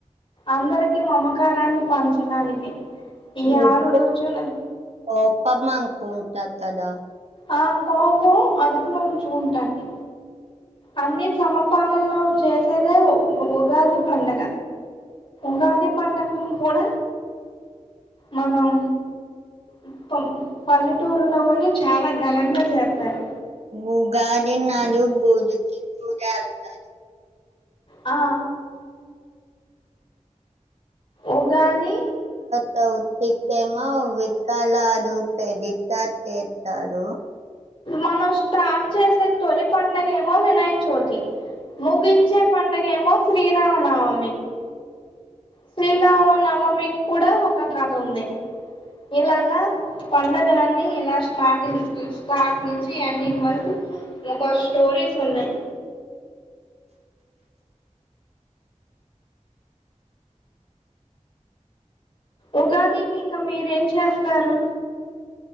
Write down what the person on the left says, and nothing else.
అందరికీ మమకారాన్ని పంచటానికి ఈ
ఆరు రుచులు
ఆ కోపం అదుపులో ఉంచు ఉంటాకి అన్ని సమపాళ్ళలో చేసేదే ఉ ఉగాది పండగ ఉగాది పండుగని కూడ మనం మొత్తం పల్లెటూరులో వోన్ని చాలా ఘనంగా చేత్తారు.
ఆ ఉగాది
మనం స్టార్ట్ చేసే తొలి పండగేమో వినాయకచవితి ముగించే పండుగ ఏమో శ్రీరామనవమి. శ్రీరామనవమికి కూడా ఒక కథ ఉంది. ఇలాగా పండుగలన్నీ ఇలా స్టార్టింగ్ స్టార్ట్ నుంచి ఎండింగ్ వరకు ఒక స్టోరీస్ ఉన్నాయి. ఉగాదికి ఇంక మీరేం చేస్తారు